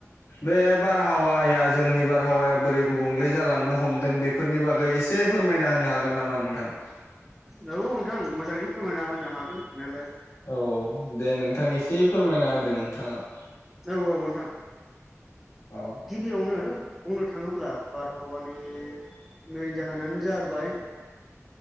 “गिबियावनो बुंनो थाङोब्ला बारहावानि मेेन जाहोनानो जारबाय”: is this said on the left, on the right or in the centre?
Centre